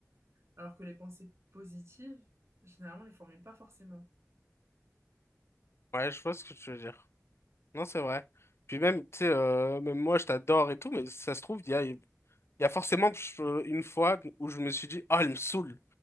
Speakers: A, on the right; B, on the left.
A: Alors que les pensées positives, généralement, on les formule pas forcément.
B: Ouais, je vois ce que tu veux dire. Non, c'est vrai. Puis même, tu sais, euh, même moi je t'adore et tout, mais ça se trouve, il y a il y a forcément je- une fois où je me suis dit, oh, elle me saoule,